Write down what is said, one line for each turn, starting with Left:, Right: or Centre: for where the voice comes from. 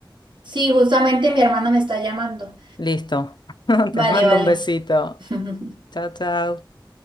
Right: Sí, justamente mi hermana me está llamando.
Left: Listo. <laughs>
Right: Vale,
Left: Te mando
Right: vale.
Left: un besito.
Right: <laughs>
Left: Chao, chao.